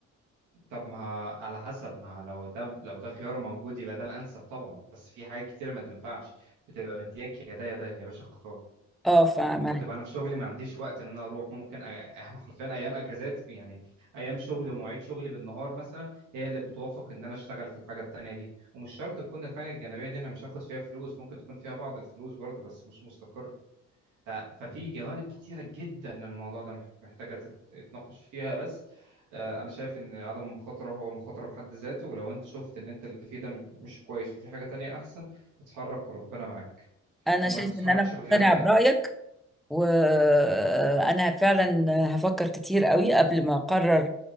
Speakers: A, on the right; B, in the centre.
A: طب ما ه- على حسب ما لو ده لو ده خيار موجود يبقى ده الانسب طبعا بس في حاجات كتيره ما تنفعش بتبقى مدياك يا ده يا ده يا باشا اختار
B: اه فاهمة
A: ممكن تبقى انا في شغلي ما عنديش وقت ان انا اروح ممكن أ- <laughs> احنا حرفيا ايام اجازات يعني ايام شغلي ومواعيد شغلي بالنهار مثلا هي اللي بتوافق ان انا اشتغل في الحاجه التانيه دي ومش شرط تكون الحاجه الجانبيه دي انا مش هاخد فيها فلوس ممكن تكون فيها بعض الفلوس برضه بس مش مستقر ف... ففي جوانب كتيره جدا الموضوع ده مح- محتاجه تت- تتناقش فيها بس آه، انا شايف ان عدم المخاطره هو مخاطره بحد ذاته ولو انت شفت ان انت اللي فيه ده مش كويس وفي حاجه تانية احسن اتحرك وربنا معاك
B: انا
A: وما
B: شايفه
A: تتحركش
B: ان انا
A: بغباء
B: مقتنعه برايك وانا فعلا هفكر كتير قوي قبل ما اقرر